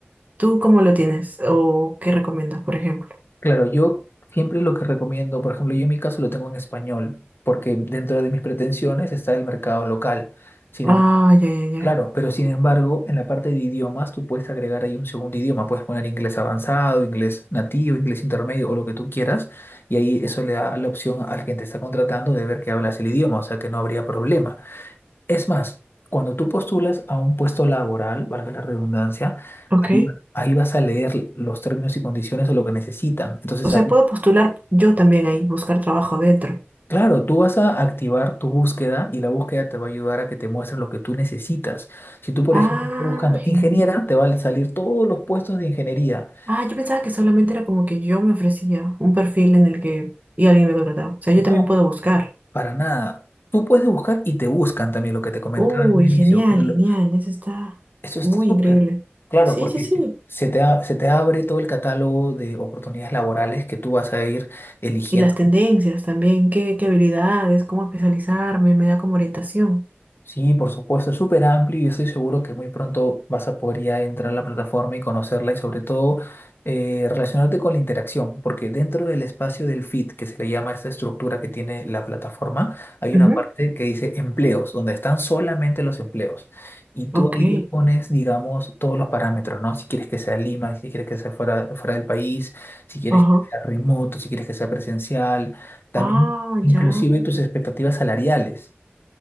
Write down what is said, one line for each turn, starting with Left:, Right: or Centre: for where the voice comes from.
Right: ¿Tú cómo lo tienes? ¿O qué recomiendas, por ejemplo?
Left: Claro, yo siempre lo que recomiendo, por ejemplo, yo en mi caso lo tengo en español, porque dentro de mis pretensiones está el mercado local. Sin
Right: Ah,
Left: embargo,
Right: ya, ya, ya.
Left: claro, pero sin embargo, en la parte de idiomas tú puedes agregar ahí un segundo idioma, puedes poner inglés avanzado, inglés nativo, inglés intermedio o lo que tú quieras, y ahí eso le da la opción al que te está contratando de ver que hablas el idioma, o sea que no habría problema. Es más, cuando tú postulas a un puesto laboral, valga la redundancia,
Right: Ok.
Left: ahí ahí vas a leer los términos y condiciones o lo que necesitan. Entonces
Right: O sea,
Left: ahí
Right: puedo postular yo también ahí, buscar trabajo dentro.
Left: Claro, tú vas a activar tu búsqueda y la búsqueda te va a ayudar a que te muestre lo que tú necesitas. Si tú, por
Right: Ah,
Left: ejemplo, estás buscando
Right: genial.
Left: ingeniera, te van a salir todos los puestos de ingeniería.
Right: Ah, yo pensaba que solamente era como que yo me ofrecía un perfil en el que y alguien me contrataba. O sea, yo
Left: No,
Right: también puedo buscar.
Left: para nada. Tú puedes buscar y te buscan también lo que te comentaba
Right: Uy,
Left: en un inicio,
Right: genial,
Left: pero
Right: genial.
Left: lo-
Right: Eso está
Left: eso está
Right: muy
Left: súper.
Right: increíble.
Left: Claro,
Right: Sí,
Left: porque
Right: sí, sí.
Left: se, se te, a- se te abre todo el catálogo de oportunidades laborales que tú vas a ir eligiendo
Right: Y las tendencias también, qué, qué habilidades, cómo especializarme, me da como orientación.
Left: Sí, por supuesto, es súper amplio y estoy seguro que muy pronto vas a poder ya entrar a la plataforma y conocerla y sobre todo eh, relacionarte con la interacción, porque dentro del espacio del feed, que se le llama esta estructura que tiene la plataforma, hay
Right: Ujú.
Left: una parte que dice empleos, donde están solamente los empleos. Y tú
Right: Ok.
Left: ahí le pones, digamos, todos los parámetros, ¿no? Si quieres que sea Lima, si quieres que sea fuera, fuera del país, si quieres
Right: Ajá.
Left: que sea remoto, si quieres que sea presencial, también
Right: Ah,
Left: inclusive
Right: ya.
Left: tus expectativas salariales.